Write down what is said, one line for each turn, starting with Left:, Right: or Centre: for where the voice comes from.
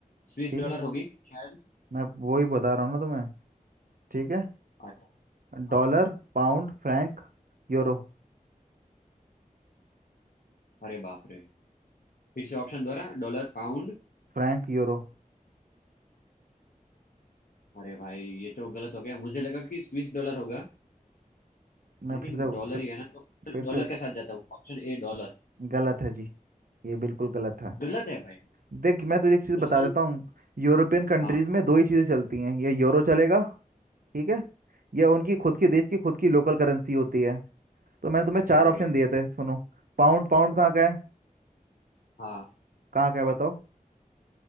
Left: स्विस
Right: ठीक
Left: डॉलर
Right: है
Left: होगी शायद
Right: मैं वो ही बता रहा हूँ ना तुम्हें ठीक है
Left: अच्छा हाँ
Right: Dollar pound franc euro
Left: अरे बाप रे फिर से ऑप्शन दोहरा डॉलर पाउंड
Right: Franc euro
Left: अरे भाई ये तो गलत हो गया मुझे लगा कि स्विस डॉलर होगा
Right: मैं
Left: लेकिन
Right: फिर से
Left: डॉलर
Right: फिर,
Left: ही है ना तो
Right: फिर
Left: डॉलर
Right: से
Left: के साथ जाता है ऑप्शन ए डॉलर
Right: गलत है जी ये बिल्कुल गलत है
Left: गलत है भाई
Right: देख मैं तुझे एक चीज
Left: तो
Right: बता
Left: सही
Right: देता हूँ यूरोपियन कंट्रीज
Left: हाँ
Right: में दो ही चीजें चलती हैं या यूरो चलेगा ठीक है या उनकी खुद के देश की खुद की लोकल करेंसी होती है तो मैंने तुम्हें चार
Left: अरे
Right: ऑप्शन दिए थे सुनो पाउंड पाउंड कहाँ का है
Left: हाँ
Right: कहाँ का है बताओ